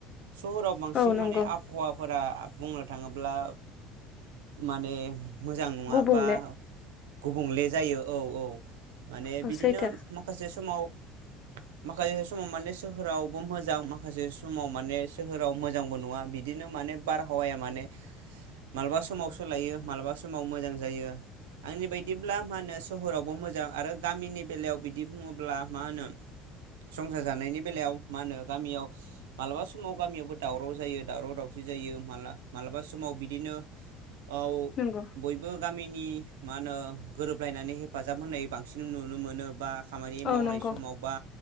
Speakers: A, on the right (about 80°); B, on the left (about 45°).
A: सहराव बांसिन
B: औ नंगौ
A: माने आबहावा फोरा बुंनो थाङोब्ला माने मोजां नङा
B: गुबुंले
A: बा गुबुंले जायो औ औ माने
B: औ
A: बिदिनो
B: सैथो
A: माखासे समाव माखासे समाव माने सोहोरावबो मोजां मा खासे समाव माने सोहोराव मोजांबो नङा बिदिनो माने बारहावाया माने मालाबा समाव सोलायो मालाबा समाव मोजां जायो आंनि बायदिब्ला मा होनो सोहोरावबो मोजां आरो गामिनि बेलायाव बिदि बुङोब्ला मा होनो संसार जानायनि बेलायाव मा होनो गामियाव मालाबा समाव गामियावबो दावराव जायो दावराव दावसि जायो मा-मालाबा समाव बिदिनो आव
B: नंगौ
A: बयबो गामिनि मा होनो गोरोबलायनानै हेफाजाब होननाय बांसिन नुनो मोनो बा खामानि
B: औ
A: मावनाय
B: नंगौ
A: समाव बा